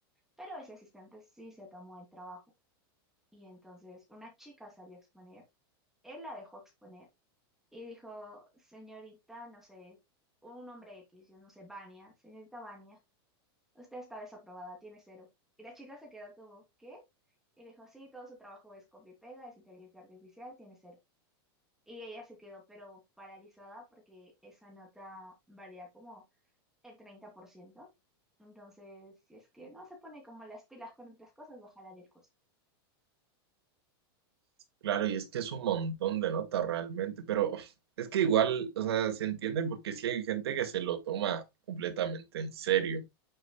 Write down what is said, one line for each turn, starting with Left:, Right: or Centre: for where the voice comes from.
Centre: Pero ese asistente sí se tomó el trabajo. Y entonces una chica salió a exponer, él la dejó exponer y dijo, señorita, no sé, un nombre X, yo no sé, Vania, señorita Vania. Usted está desaprobada, tiene cero. Y la chica se quedó como, ¿qué? Y dijo, sí, todo su trabajo es copia y pega, es inteligencia artificial, tiene cero. Y ella se quedó, pero paralizada porque esa nota valía como el 30%. Entonces, si es que no se pone como las pilas con otras cosas, va a jalar el curso.
Right: Claro, y es que es un montón de notas realmente, pero es que igual, o sea, se entiende porque sí hay gente que se lo toma completamente en serio.